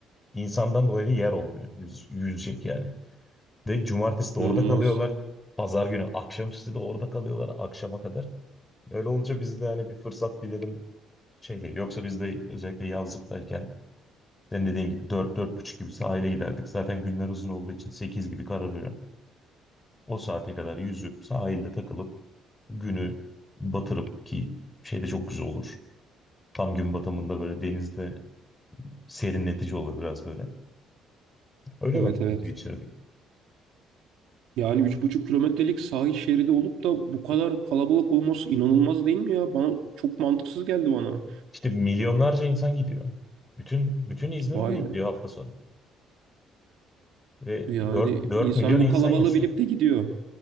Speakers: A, on the left; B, on the right.
A: insandan dolayı yer olmuyor. Yüz, yüzecek yani. Ve cumartesi de orada
B: İnanılmaz.
A: kalıyorlar. Pazar günü akşamüstü de orada kalıyorlar akşama kadar. Öyle olunca biz de hani bir fırsat bilelim şey değil. Yoksa biz de özellikle yazlıktayken senin dediğin gibi dört dört buçuk gibi sahile giderdik. Zaten günler uzun olduğu için 8 gibi kararıyor. O saate kadar yüzüp sahilde takılıp günü batırıp ki şey de çok güzel olur. Tam gün batımında böyle denizde serinletici olur biraz böyle. Öyle
B: Evet
A: vakit
B: evet.
A: geçirdik.
B: Yani üç buçuk kilometrelik sahil şeridi olup da bu kadar kalabalık olması inanılmaz değil mi ya? Bana çok mantıksız geldi bana.
A: İşte milyonlarca insan gidiyor. Bütün bütün İzmir
B: Vay
A: oraya gidiyor hafta sonu. Ve
B: yani
A: dört dört
B: insan
A: milyon
B: bu
A: insan
B: kalabalığı
A: yaşıyor.
B: bilip de gidiyor.